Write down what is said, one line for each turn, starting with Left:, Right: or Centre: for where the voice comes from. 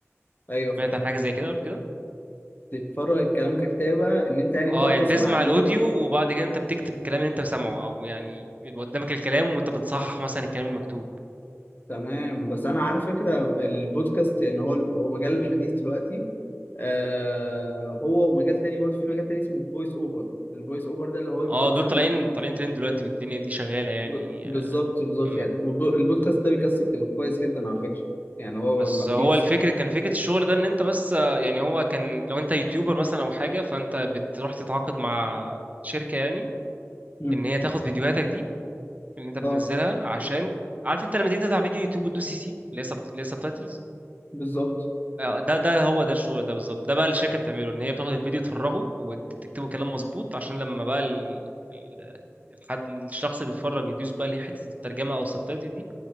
Left: ايوه فاهم
Right: سمعت عن حاجه زي كده قبل كده
Left: بتتفرج الكلام ككتابه ان انت يعني
Right: اه
Left: بتقعد
Right: يعني
Left: تسمع
Right: تسمع
Left: البودكاست
Right: الاوديو وبعد كده انت بتكتب الكلام اللي انت سامعه او يعني يبقى قدامك الكلام وانت بتصحح مثلا الكلام المكتوب
Left: تمام بس انا عارف فكره البودكاست ان هو هو مجال الحديث دلوقتي آه هو ومجال تاني برضه في مجال تاني اسمه فويس اوفر الفويس اوفر ده اللي هو بيبقى
Right: اه دول
Left: مثلا
Right: طالعين طالعين ترند دلوقتي والدنيا دي شغاله يعني
Left: ب... بالظبط بالظبط
Right: امم
Left: يعني والب- البودكاست ده بيكسب كويس جدا على فكره يعني هو
Right: بس
Left: ما بتيجي
Right: هو الفكر كان فكره الشغل ده ان انت بس آه، يعني هو كان لو انت يوتيوبر مثلا او حاجه فانت بتروح تتعاقد مع شركه يعني
Left: مم.
Right: ان هي تاخد فيديوهاتك دي اللي انت بتنزلها
Left: اه
Right: عشان عارف انت لما تيجي تفتح فيديو يوتيوب وتدوس سي سي اللي هي سب... اللي هي سبتايتلز
Left: بالظبط
Right: ده ده هو ده الشغل ده بالظبط ده بقى اللي الشركه بتعمله ان هي بتاخد الفيديو تفرغه وتكتبه كلام مظبوط عشان لما بقى ال... ال- الحد الشخص اللي بيتفرج يدوس بقى اللي هي حته الترجمه او السبتايتل دي